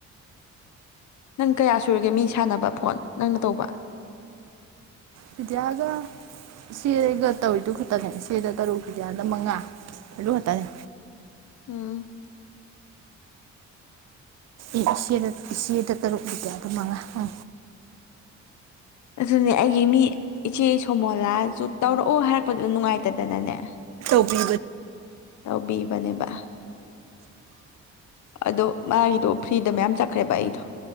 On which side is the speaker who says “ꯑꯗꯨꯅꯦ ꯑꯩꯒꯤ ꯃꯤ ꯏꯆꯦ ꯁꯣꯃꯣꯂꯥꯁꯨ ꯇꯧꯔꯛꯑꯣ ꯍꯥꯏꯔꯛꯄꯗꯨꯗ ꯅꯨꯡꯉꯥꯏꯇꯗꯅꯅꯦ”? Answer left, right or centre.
Left